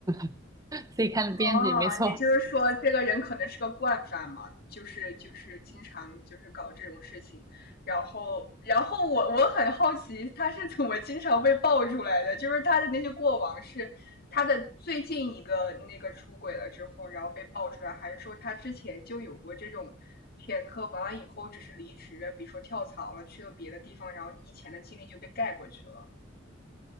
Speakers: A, on the right; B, on the left.
A: <laughs>，C 刊的编辑，
B: 哦，
A: 没错。
B: 也就是说，这个人可能是个惯犯嘛，就是就是经常就是搞这种事情，然后然后我我很好奇他是怎么经常被爆出来的，就是他的那些过往是他的最近一个那个出轨了之后，然后被爆出来，还是说他之前就有过这种前科，完了以后只是离职了，比如说跳槽了，去了别的地方，然后以前的经历就被盖过去了。